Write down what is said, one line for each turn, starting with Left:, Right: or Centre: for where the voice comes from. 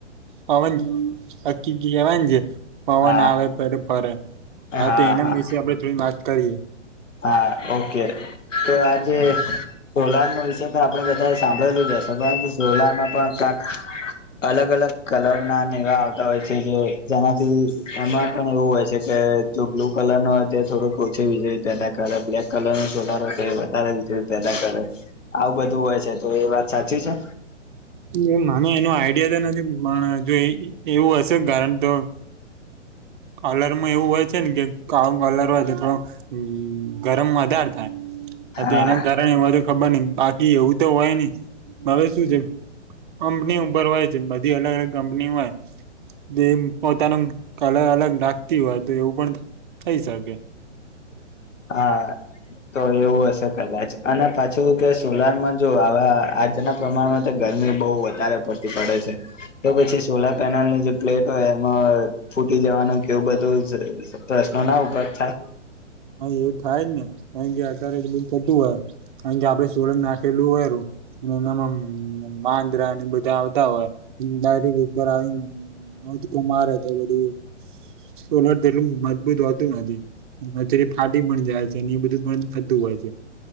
Right: પવન હકી કેવા છે પવન
Left: હા
Right: આવે પે ફરે
Left: હા
Right: હ તો એના
Left: હા
Right: વિશે આપડે થોડી વાત કરીએ
Left: હા ઓકે તો આજે સોલાર નો વિષય તો આપ બધા સાંભળેલું જ હશે કારણ કે સોડામાં પણ ક્યાંક અલગ અલગ કલર ના એવા આવતા હોય છે કે જેનાથી એમાં પણ એવું હોય છે કે જો બ્લુ કલર ન થો કો <inaudible> કર બ્લેક કલર નો છોલારો છે એ વધારે વીજળી પેદા કરે આવું બધું હોય છે તો એ વાત સાચી છે
Right: <inaudible> એ મને એનું આઈડિયા તો નથી પણ જો એવું હશે કારણ તો કલરમાં એવું હોય છે ને કે કું કલર હોય તો થોડું ગરમ વધાર થાય
Left: હા
Right: એના કારણેને ખબર નઈ બાકી એવું તો હોય નહ માવે શું છે કંપની ઉપર હોય છે બધી અલગ અલગ કંપની હોય જે પોતાનું કલર અલગ નાખતી હોય તો એવું પણ થઈ શકે
Left: હા તો એવું હશે કદાચ અને પાછું કે સોલારમાં જો આવા આજના પ્રમાણમાં તો ગી બ વધ પડતી પડે છે તો પછી સોલર પેનલની જે પ્લેટ હોય એમાં જવાનું કેવું બધું પ્રશ્નો ના ઉપભા થાય
Right: અ એ થાય જ ને અ કે અત્યારે જ બધ થતું હોય અ કે આપડે સોલંદ નાખેલું હોયું એનામાં વાંદરા ને બધા આવતા હોય દારીક ઉપર આવી કો મારે તો બધું સોલર તેટલું મજબૂત હોતું નથી ફાટી પણ જાય છે અને એ બધું થતું હોય છે